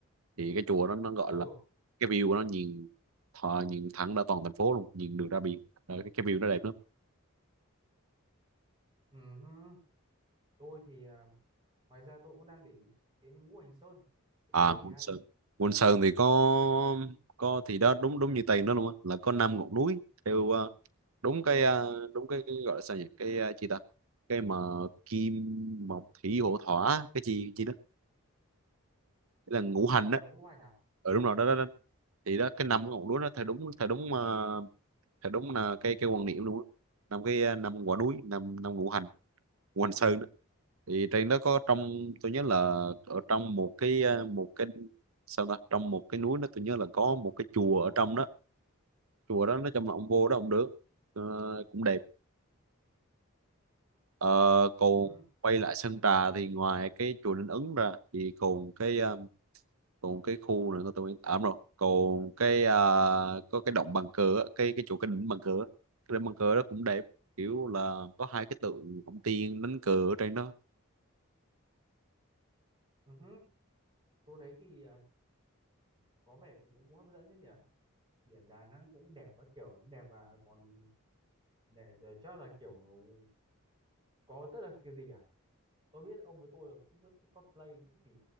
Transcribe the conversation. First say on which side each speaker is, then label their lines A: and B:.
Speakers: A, on the right; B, on the right.
A: thì cái chùa đó nó gọi
B: ừ
A: là cái view của nó nhìn thờ, nhìn thẳng ra toàn thành phố luôn nhìn được ra biển Ờ, cái, cái view nó đẹp lắm
B: ừ hứ. tôi thì à, ngoài ra tôi cũng đang để ý đến ngũ hành sơn chỗ
A: à
B: đấy có gì
A: Môn
B: hay
A: Sơn
B: nhỉ
A: Môn Sơn thì có có thì đó đúng đúng như tên đó luôn á là có năm ngọn núi theo ờ, đúng cái ờ, đúng cái, cái gọi là sao nhỉ cái ờ, chi ta cái mà kim mộc thủy hỏa thổ cái gì chi đó Cái là ngũ hành
B: Ờ,
A: đó
B: ngũ hành à
A: ở đúng rồi đó, đó đó thì đó cái năm ngọn núi đó theo đúng theo đúng ờ, theo đúng là cái cái quan niệm luôn á năm cái ờ, năm quả núi năm năm ngũ hành Ngũ hành sơn đó thì trên đó có trong tôi nhớ là ở trong một cái ờ, một cái sao ta trong một cái núi đó tôi nhớ là có một cái chùa ở trong đó chùa đó nói chung là ông vô đó ông được Ờ, cũng đẹp Ờ, còn
B: ừ hứ,
A: quay lại Sơn Trà thì ngoài cái chùa Linh Ứng ra thì còn cái ờ, còn cái khu này tôi à, đúng rồi còn cái ờ, có cái động bằng cửa cái cái chỗ cái đỉnh bằng cửa cái đỉnh bằng cửa đó cũng đẹp kiểu là có hai cái tượng ông tiên đánh cờ ở trên đó
B: ừ hứ. chỗ đấy thì à, có vẻ cũng, cũng hấp dẫn đấy nhỉ biển Đà Nẵng cũng đẹp các kiểu cũng đẹp và còn để để chắc là kiểu có tức là kiểu gì nhỉ tôi biết ông với tôi là cũng rất thích cosplay thì